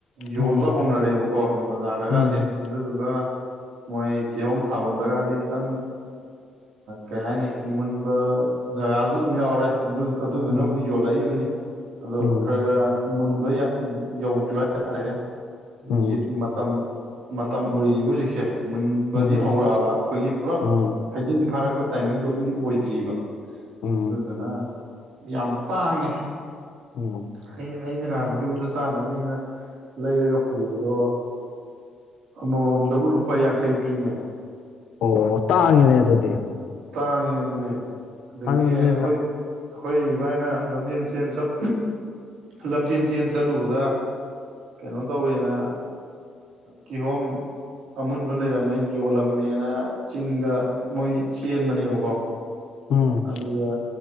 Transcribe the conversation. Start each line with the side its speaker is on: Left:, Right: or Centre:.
Right: ꯌꯣꯟꯕ
Left: ꯎꯝ
Right: ꯍꯧꯅꯔꯦꯕꯀꯣ ꯕꯖꯥꯔꯗꯒꯗꯤ
Left: ꯎꯝ
Right: ꯑꯗꯨꯗꯨꯒ ꯃꯣꯏ ꯀꯤꯍꯣꯝ ꯊꯥꯐꯝꯗꯒꯗꯤ ꯈꯤꯇꯪ ꯀꯩ ꯍꯥꯏꯅꯤ ꯃꯨꯟꯕ ꯖꯒꯥꯁꯨ ꯑꯗꯨꯝ ꯌꯥꯎꯔꯦ ꯑꯗꯨ ꯑꯗꯨꯗꯨꯅꯕꯨ
Left: ꯎꯝ
Right: ꯌꯣꯜꯂꯛꯏꯕꯅꯤ <unintelligible>
Left: ꯎꯝ
Right: ꯃꯨꯟꯕ ꯌꯥ ꯌꯧꯗ꯭ꯔꯤꯕ ꯍꯥꯏꯇꯥꯔꯦꯍꯦ
Left: ꯎꯝ
Right: ꯌꯦ ꯃꯇꯝ ꯃꯠ ꯃꯇꯝ ꯑꯣꯏꯔꯤꯕ ꯍꯧꯖꯤꯛꯁꯦ ꯃꯨꯟ ꯕꯗꯤ
Left: ꯎꯝ
Right: ꯍꯧꯔꯛꯑꯕ ꯑꯩꯈꯣꯏꯒꯤ ꯄꯨꯔꯞ
Left: ꯎꯝ
Right: ꯍꯩꯖꯤꯡ ꯐꯥꯔꯛꯄ ꯇꯥꯏꯃꯤꯡꯗꯣ ꯑꯗꯨꯗꯤ ꯑꯣꯏ ꯗ꯭ꯔꯤꯕ
Left: ꯎꯝ
Right: ꯑꯗꯨꯗꯨꯅ ꯌꯥꯝ ꯇꯥꯡꯉꯦ
Left: ꯎꯝ
Right: ꯑꯩ ꯑꯩꯅ ꯌꯨꯝꯗ ꯆꯥꯅꯕꯅꯦꯅ ꯂꯩꯔꯒ ꯄꯨꯕꯗꯣ ꯑꯃꯃꯝꯗꯕꯨ ꯂꯨꯄꯥ ꯌꯥꯡꯈꯩ ꯄꯤꯅꯦ
Left: ꯑꯣ ꯇꯥꯡꯉꯤꯅꯦ ꯑꯗꯨꯗꯤ
Right: ꯇꯥꯡꯉꯦ ꯑꯗꯨꯅꯦ ꯑꯗꯒꯤ
Left: ꯑꯗꯨꯗꯤ
Right: ꯑꯩꯈꯣꯏ ꯑꯩꯈꯣꯏ ꯏꯕꯥꯏꯅ ꯂꯝꯖꯦꯟ ꯆꯦꯟ ꯆꯠ ꯂꯝꯖꯦꯟ ꯆꯦꯟ ꯆꯠꯂꯨꯕꯗ ꯀꯩꯅꯣ ꯇꯧꯋꯦꯅ ꯀꯤꯍꯣꯝ ꯑꯃꯨꯟꯕ ꯂꯩꯔꯝꯃꯦ ꯌꯣꯜꯂꯝꯃꯦꯅ ꯆꯤꯡꯗ ꯃꯣꯏ ꯆꯦꯟꯕꯅꯦꯕꯀꯣ
Left: ꯎꯝ
Right: ꯑꯗꯨꯒ